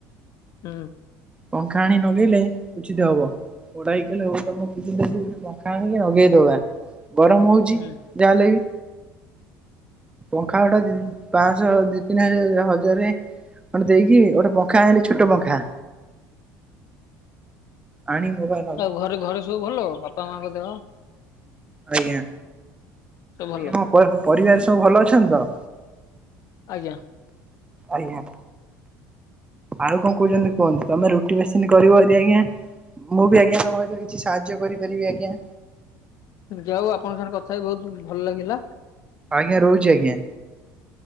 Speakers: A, on the left; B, on the right.
A: ହୁଁ।
B: ପଙ୍ଖା ଆଣି ନଗେଇଲେ ଉଚିତ୍ ହବ। ପଡା ହେଇଲେ ହଉ ତମ କିଛି ଦେ ଏରେ ପଙ୍ଖା ଆଣିକି ଲଗେଇଦବା ଗରମ ହଉଛି।
A: ହୁଁ
B: <unintelligible> ଯାହାଲେ ବି ପଙ୍ଖା ଗୋଟା ପାଂଶ ଦି ତିନି ହଜ ହଜାରେ ଖଣ୍ଡେ ଦେଇକି ଗୋଟେ ପଙ୍ଖା ଆଣିଲି ଛୋଟ ପଙ୍ଖା। ଆଣି ମୋବା
A: ଆଉ ଘରେ ଘରେ ସବୁ ଭଲ ବାପା ମାଙ୍କ ଦେହ?
B: ଆଜ୍ଞା।
A: ସବୁ ଭଲ
B: ଆଜ୍ଞା ହଁ ପ ପରିବାର ସବୁ ଭଲ ଅଛନ୍ତି ତ?
A: ଆଜ୍ଞା।
B: ଆଜ୍ଞା। ଆଉ କଣ କହୁଛନ୍ତି କୁହନ୍ତୁ ତମେ ରୁଟି ମେସିନି କରିବ ଯଦି ଆଜ୍ଞା ମୁଁ ବି ଆଜ୍ଞା ତମ ସାଙ୍ଗରେ କିଛି ସି ସାହାଯ୍ୟ କରିପାରିବି ଆଜ୍ଞା।
A: ଯାଉ ଆପଣଙ୍କ ସାଙ୍ଗେ କଥା ହେଇକି ବହୁତ ଭଲ ଲାଗିଲା।
B: ଆଜ୍ଞା ରହୁଚି ଆଜ୍ଞା।